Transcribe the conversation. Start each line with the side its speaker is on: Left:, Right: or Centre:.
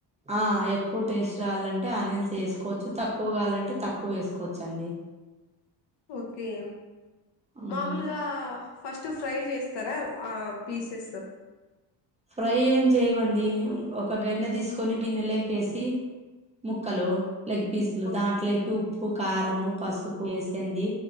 Right: ఆ ఎక్కువ టేస్ట్ రాల్లంటే ఆనియన్స్ ఏసుకోవచ్చు తక్కువ కావాలంటే తక్కువ ఏసుకోవచ్చండి
Left: ఓకే
Right: ఉమ్,
Left: మామూలుగా ఫస్ట్ ఫ్రై చేస్తారా ఆ పీసెస్
Right: ఫ్రై ఏం జేయమండి ఒక గన్నె తీసుకొని గిన్నెలేకేసి ముక్కలు లెగ్ పీసులు
Left: ఓకే
Right: దాంట్లేకి ఉప్పు కారము పసుపు వేసేండి